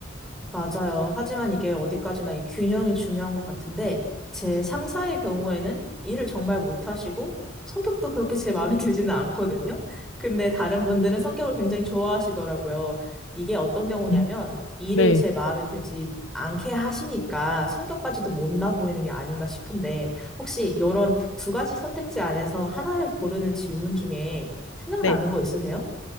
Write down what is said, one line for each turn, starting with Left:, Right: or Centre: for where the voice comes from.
Centre: 맞아요. 하지만 이게 어디까지나 이 균형이 중요한 것 같은데, 제 상사의 경우에는 일을 정말 못하시고, 성격도 그렇게 제 마음에 <laughs> 들지는 않거든요. 근데 다른 분들은 성격을 굉장히 좋아하시더라고요. 이게 어떤 경우냐면,
Left: 음.
Centre: 일을
Left: 네.
Centre: 제 마음에 들지 않게 하시니까 성격까지도 못나 보이는 게 아닌가 싶은데, 혹시 이런 두 가지 선택지 안에서 하나를 고르는 질문 중에 생각나는
Left: 네.
Centre: 거 있으세요?